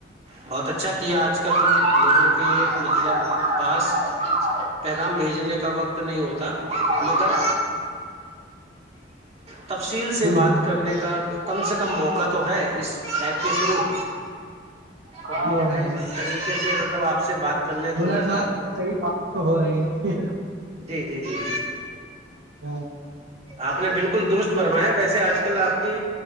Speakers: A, on the right; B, on the right.
A: بہت اچھا کیا آج کل لوگوں کے مطلب پاس پیغام بھیجنے کا وقت نہیں ہوتا مگر تفصیل سے
B: ہ ہ
A: بات کرنے کا کم سے کم موقع تو ہے اس ایپ کے شروع تو
B: ہاں
A: ہم نے کہ اس طریقے سے مطلب آپ سے بات کر لے تھوڑا
B: ملاقات
A: سا
B: صحیح بات تو ہو رہی ہے
A: جی جی جی
B: ہاں
A: آپ نے بالکل درست فرمایا ویسے آج کل آپ کی